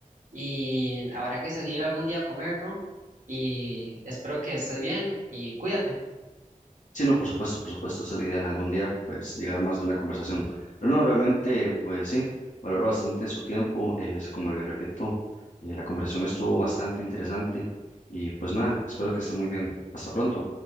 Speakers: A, on the right; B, on the left.
A: y habrá que salir algún día a comer, ¿no? Y espero que estés bien y cuídate.
B: Sí, no, por supuesto, por supuesto, esa es la idea, algún día pues llegar más de una conversación. Pero no, realmente pues sí, valoro bastante su tiempo, es como le repito, eh, la conversación estuvo bastante interesante y pues nada, espero que esté muy bien. Hasta pronto.